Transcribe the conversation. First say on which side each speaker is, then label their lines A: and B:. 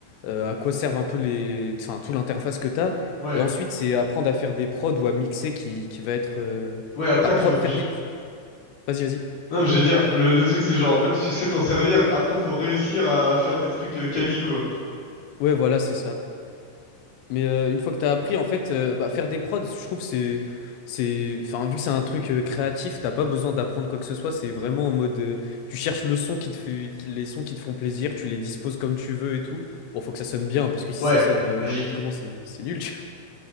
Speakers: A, on the left (about 85°); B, on the left (about 55°).
A: euh, à quoi servent un peu les, enfin, tout l'interface que t'as.
B: ouais,
A: Et ensuite, c'est apprendre à faire des prods ou à mixer qui, qui va être. euh,
B: ouais, après,
A: Bah, pro-
B: faut,
A: faire
B: je-
A: des. pro- Vas-y, vas-y.
B: non, mais je veux dire, le, le truc, c'est genre, même si tu sais t'en servir, après, faut réussir à faire des trucs euh, quali, quoi.
A: Ouais, voilà, c'est ça. Mais euh, une fois que t'as appris, en fait, euh, bah, faire des prods, je trouve, c'est, c'est, enfin, vu que c'est un truc euh, créatif, t'as pas besoin d'apprendre quoi que ce soit. C'est vraiment en mode, euh, tu cherches le son qui te fait, les sons qui te font plaisir, tu les disposes comme tu veux et tout. Bon, faut que ça sonne bien, hein, parce que si
B: Ouais,
A: ça sonne euh,
B: logique.
A: n'importe comment, c'est, c'est nul. tu